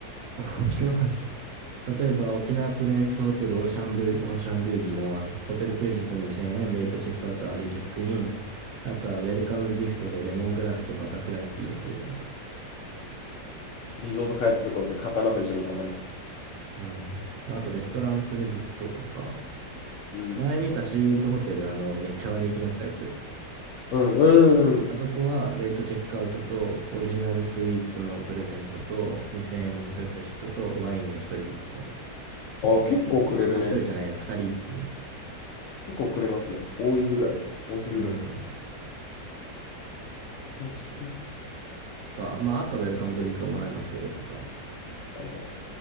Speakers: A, on the right; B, on the left.
A: <laughs> 沖縄、例えば沖縄プレンスホテルオーシャンビュー、オーシャンビュー宜野湾、ホテルクレジット2000円、レイトチェックアウト、アーリーチェックイン、あとはウェルカムギフトでレモングラスとバタフライピーのプレゼント。
B: リゾート開発のところで刀と一緒に頑張ります。
A: うん。あとレストランクレジットとか、
B: うん。
A: 前見たシーウッドホテル、あの、めっちゃ割引になってたやつ。
B: うん、うん、うん。
A: あそこはレイトチェックアウトとオリジナルスイーツのプレゼントと2000円のホテルクレジットとワインが1人1本。
B: あ、結構くれるね。
A: あ、1人じゃないや、2人1本。
B: 結構くれますね。多いぐらい。多すぎるぐらい。
A: うん。
B: 多いすぎるって。
A: か、まあ、あとはウェルカムドリンクがもらえますよとか。
B: あー、